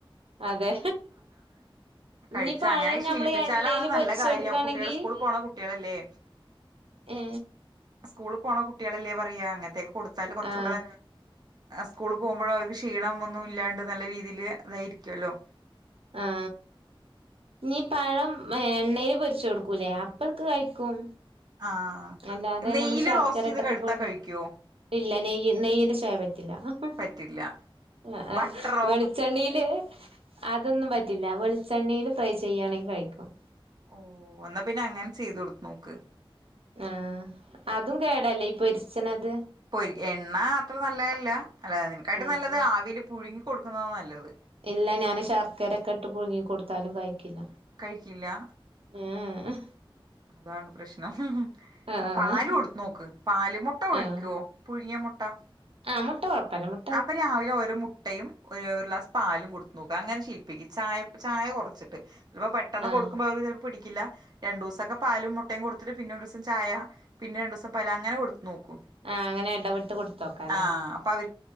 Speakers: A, on the right; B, on the right.
A: അതെ ഇഞ്ഞി
B: കഴിച്ച
A: പയം
B: അങ്ങനെ
A: ഞമ്മള്
B: ശീലിപ്പിച്ചാലാണ്
A: എണ്ണേല്
B: നല്ല
A: പൊരിച്ചോട്ക്കാണെങ്കി
B: കാര്യം കുട്ടികള് സ്കൂളിൽ പോണ കുട്ടികളല്ലേ
A: ഏ
B: സ്കൂള് പോണ കുട്ടിഴളല്ലേ പറയ അങ്ങൻത്തെക്ക് കോടുത്താല് കൊർച്ചൂടെ
A: ആ
B: സ്കൂള് പോവ്മ്പോയൊ അവര്ക്ക് ഷി ക്ഷീണം ഒന്നും ഇല്ലാണ്ട് നല്ല രീതീല് അതായിരിക്കൊല്ലോ
A: ആ നീ പഴം എണ്ണേല് പൊരിച്ച് കൊട്ക്കൂലേ ആ പ്പക്ക് കഴിക്കും.
B: ആഹ്
A: അല്ലാതെ
B: നെയയില്
A: നമ്മള് ശർക്കര
B: റോസ്റ്റ് ചെയ്തക്കെടുത്താ
A: ഇട്ടൊക്കെ പുഴുങ്ങി
B: കഴിക്കേ?
A: ഇല്ല നെയ്യ നെയ്യന്റെ ചൊയ പറ്റില്ല ഹ്.
B: പറ്റില്ല.
A: ആ ആ
B: ബട്ടറോ
A: വെളിച്ചെണ്ണില് അതൊന്നും പറ്റില്ല വെളിച്ചെണ്ണേല് ഫ്രൈ ചെയ്യണെ കഴിക്കും.
B: ഓ എന്നാ പിന്നെ അങ്ങനെ ചെയ്തു കൊടുത് നോക്ക്.
A: ആ അതും കേടല്ലേ ഈ പൊരിച്ച്നത്.
B: പൊരി എണ്ണ അത്ര നല്ലെല്ല അല്ല അയ്നെക്കായിട്ട്
A: ആഹ്
B: നല്ലത് ആവില് പുഴുങ്ങി കൊടുക്കുന്ന നല്ലത്.
A: ഇല്ല ഞാന് ശർക്കരക്കെ ഇട്ട് പുഴുങ്ങി കൊടുത്താലും കഴിക്കില്ല.
B: കഴിക്കില്ല.?
A: ഏഹ്
B: അതാണ് പ്രശ്നം ഹ് ഹ്.
A: ആഹ്
B: പാല് കൊടുത്തു നോക്ക് പാല് മുട്ട കഴിക്കോ
A: ആഹ്
B: പുഴുങ്ങിയ മുട്ട.?
A: ആഹ് മുട്ട കുഴപ്പല്ല മു
B: അപ്പൊ രാവിലെ ഓരോ മുട്ടയും ഒര് ഒരു ഗ്ലാസ് പാലും കൊടുത്തു നോക്. അങ്ങനെ ശില്പ്പിക്ക ചായ ചായ കൊറച്ചിട്ട് പ പെട്ടെന്ന്
A: ആഹ്
B: കൊടുക്കുമ്പോ അവർക്ക് പിടി ല്ല രണ്ടു ദിവസംക്കെ പാലും മുട്ടയും കൊടുത്തിട്ട് പിന്നെ ഒര് സം ചായ. പിന്നെ രണ്ടു സം പല അങ്ങനെ കൊടുത്തു നോക്കു
A: ആഹ് അങ്ങനെ ഇടവിട്ട് കൊടുത്തോക്കാല്ലേ
B: ആ അപ്പൊ അതി